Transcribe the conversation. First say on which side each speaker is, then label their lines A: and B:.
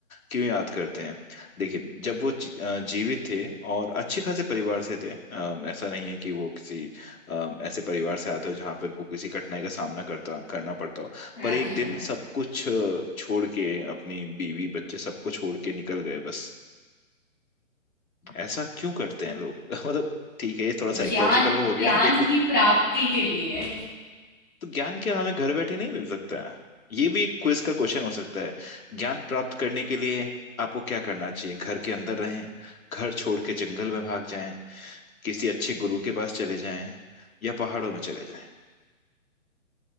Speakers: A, on the left (about 80°); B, on the left (about 15°).
A: क्यों याद करते हैं देखिए जब वो जी- अ, जीवित थे और अच्छे खासे परिवार से थे अ, ऐसा नहीं है कि वो किसी अ, ऐसे परिवार से आते हो जहाँ पर को किसी कठिनाई का सामना करता करना पड़ता हो
B: हाँ
A: पर एक
B: हाँ
A: दिन
B: हाँ
A: सब कुछ अ, छोड़ के अपनी बीवी बच्चे सबको छोड़ के निकल गए बस ऐसा क्यों करते हैं लोग <laughs> मतलब ठीक है ये थोड़ा साइकोलॉजिकल
B: ज्ञान
A: वो हो गया
B: ज्ञान
A: लेकिन
B: की प्राप्ति के लिए
A: तो ज्ञान क्या हमें घर बैठे नहीं मिल सकता है ये भी एक क्विज का क्वेश्चन हो सकता है ज्ञान प्राप्त करने के लिए आपको क्या करना चाहिए घर के अंदर रहें घर छोड़ के जंगल में भाग जाएं किसी अच्छे गुरु के पास चले जाएं या पहाड़ों में चले जाएं